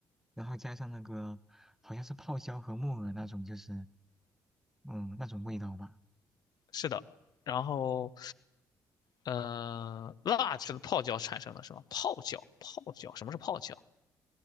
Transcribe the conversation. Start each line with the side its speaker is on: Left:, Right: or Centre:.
Centre: 然后加上那个好像是泡椒和木耳那种，就是，嗯，那种味道吧。
Left: 是的，然后呃，辣是泡椒产生的是吗？泡椒，泡椒，什么是泡椒？